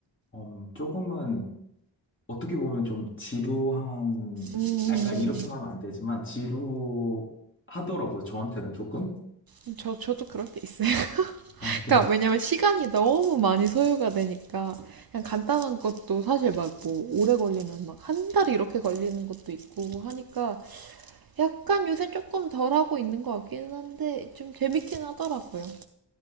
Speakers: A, on the left; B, on the right.
A: 음, 조금은 어떻게 보면 좀 지루한
B: 음, 음,
A: 약간 이렇게 말하면 안 되지만 지루하더라고요. 저한테는 조금.
B: 음. 저, 저도 그럴 때 있어요. <laughs>
A: 아, 그
B: 그러니까 왜냐면 시간이 너무 많이 소요가 되니까 그냥 간단한 것도 사실 막 뭐 오래 걸리면 막 한 달 이렇게 걸리는 것도 있고 하니까 약간 요새 조금 덜 하고 있는 것 같기는 한데 좀 재밌긴 하더라고요.